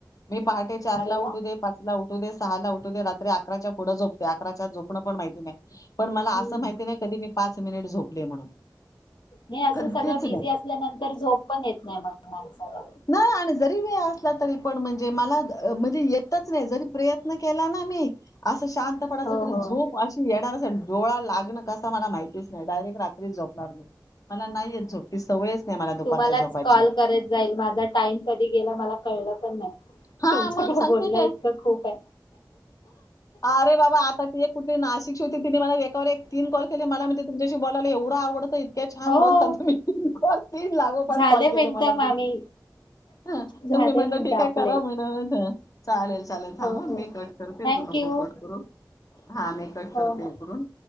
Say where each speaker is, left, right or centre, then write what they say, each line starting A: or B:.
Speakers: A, on the left; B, on the left.
A: मी पहाटे चारला
B: अरे वा
A: उठू दे. पाचला उठू दे. सहाला उठू दे. रात्री अकराच्या पुढं झोपते अकराच्या आत झोप पण माहिती नाही. पण मला
B: हम्म
A: असं माहिती नाही कधी मी पाच मिनिट झोपले म्हणून.
B: नाही असं
A: कधीच
B: सगळं बिझी
A: नाही.
B: असल्यानंतर झोप पण येत नाही मग. माणसाला.
A: नाही आणि जरी वेळ असला तरी. पण म्हणजे मला म्हणजे येतच नाही जरी प्रयत्न केला ना मी असं शांतपणाच
B: हो
A: तरी.
B: हो.
A: झोप अशी येणार डोळा लागणं कसं मला माहिती नाही डायरेक्ट रात्रीच झोपणार मी. मला नाही येत झोप ती सवयच नाही मला दुपारच्या
B: तुम्हालाच
A: झोपायची.
B: कॉल करत जाईल. माझा टाइम कधी गेला मला क कळलं पण नाही.
A: हा
B: तुमच्याकडे
A: मग सांगते
B: बोलण्या
A: काय.
B: इतकं खूप आहे.
A: अरे बाबा आता ते कुठे नाशिक ची होती. तिने मला एकावर एक तीन कॉल केले. मला म्हणली तुच्याशी बलायला एवढं आवडतं. इतक छान
B: हो
A: बोलता तुम्ही. तीन कॉल तीन लागोपाठ
B: झाले
A: कॉल केले
B: मिनटं
A: मला
B: मामी.
A: तीने. हा
B: झाले
A: तर मी म्हटल.
B: मिनटं
A: की काय
B: आपले
A: करा म्हणत. चालेल चालेल. थांब
B: हो
A: हा
B: हो
A: मी कट करते.
B: थँक
A: तू नको
B: यू
A: कट करू. हा मि कट करते
B: हो हो.
A: इकडुन.